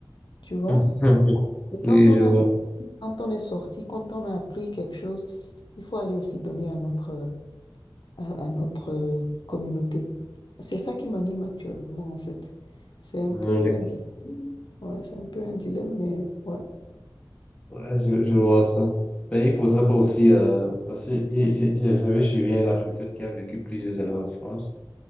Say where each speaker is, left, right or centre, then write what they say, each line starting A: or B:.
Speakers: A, on the left; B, on the left.
A: tu vois?
B: <laughs>
A: Et quand
B: Oui,
A: on
B: je vois.
A: a, quand on est sorti, quand on a appris quelque chose, il faut aller aussi donner à notre, à, à notre euh, communauté. C'est ça qui m'anime actuellement, en fait. C'est un
B: Non,
A: peu
B: les
A: un
B: comptes.
A: dilemme, ouais, c'est un peu un dilemme, mais ouais.
B: Ouais, je, je vois ça. Mais il faudrait pas aussi, euh, parce que j'ai- j'ai- j'ai- j'avais suivi un Africain qui a vécu plusieurs années en France.